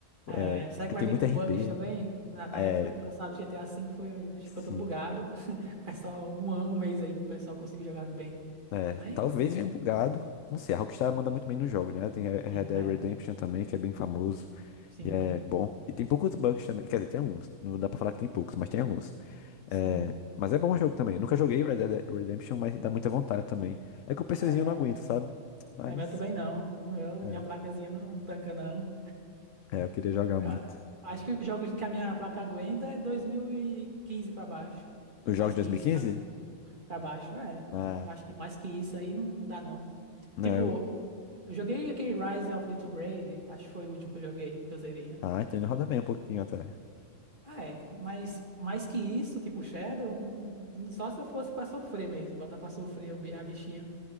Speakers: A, on the right (about 40°); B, on the left (about 80°).
A: É,
B: É,
A: será
B: porque
A: que vai
B: tem
A: vir
B: muito
A: com
B: RP.
A: bugs também? Na, na
B: É,
A: época que lançaram o GTA V foi, ficou
B: sim.
A: todo bugado. <laughs> O Pessoal, um, an- um mês aí pro pessoal conseguir jogar bem.
B: É,
A: Mas,
B: talvez venha bugado. Não sei, a Rockstar manda muito bem nos jogos, né? Tem Red
A: sim,
B: Dead
A: é,
B: Redemption também, que é bem famoso.
A: sim,
B: E é bom. E tem poucos bugs também. Quer dizer, tem alguns. Não dá pra falar que tem poucos, mas tem alguns.
A: sim.
B: É, Mas é bom o jogo também. Nunca joguei Red Dead Redemption, mas dá muita vontade também. É que o PCzinho
A: É,
B: não aguenta, sabe? Mas.
A: é, o meu também não. O Meu,
B: É,
A: minha placazinha não tanca, não.
B: é, eu queria jogar
A: Eu
B: muito.
A: Acho que os jogos que a minha placa aguenta é 2015 pra baixo.
B: Os
A: Mais
B: jogos
A: que
B: de 2015?
A: isso, dá não. Pra baixo, é.
B: Ah,
A: Eu Acho que mais que isso aí não dá, não.
B: não.
A: Tipo,
B: eu-
A: eu joguei aquele Rise of the Tomb Raider, acho que foi o último que eu joguei, que eu zerei, né?
B: Ah, então ele roda bem um pouquinho até.
A: Ah, é, mas mais que isso, tipo Shadow, hum, só se eu fosse pra sofrer mesmo, botar pra sofrer o bi- a bichinha.